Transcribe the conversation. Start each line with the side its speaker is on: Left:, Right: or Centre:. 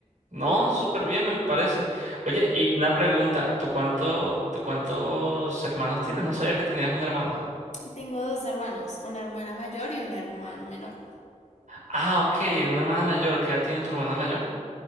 Right: No, súper bien me parece. Oye, y una pregunta, ¿tú cuánto, tú cuántos hermanos tienes? No sabía que tenías una hermana.
Left: Tengo dos hermanos, una hermana mayor y un hermano menor.
Right: Ah, ok, una hermana mayor. ¿Qué edad tiene tu hermana mayor?